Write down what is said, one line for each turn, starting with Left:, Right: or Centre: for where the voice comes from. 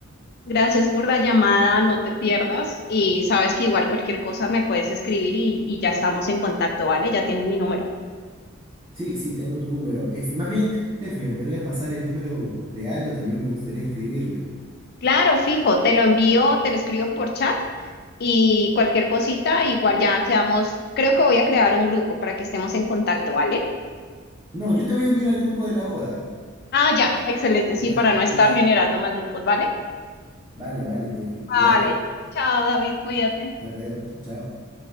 Left: Gracias por la llamada, no te pierdas y sabes que igual cualquier cosa me puedes escribir y, y ya estamos en contacto, ¿vale? Ya tienes mi número.
Right: Sí, sí, tengo tu número. Este, más bien, Tef, ¿me podrías pasar el número de Aldo? También me gustaría escribirle.
Left: Claro, fijo, te lo envío, te lo escribo por chat y cualquier cosita, igual ya quedamos, creo que voy a crear un grupo para que estemos en contacto, ¿vale?
Right: No, yo te voy a unir al grupo de la boda.
Left: Ah, ya, excelente, sí,
Right: ¿Ya?
Left: para no estar
Right: Listo.
Left: generando más grupos, ¿vale?
Right: Vale, vale, Tefi,
Left: Vale,
Right: cuídate.
Left: chao David, cuídate.
Right: Hasta luego. Chao. chao.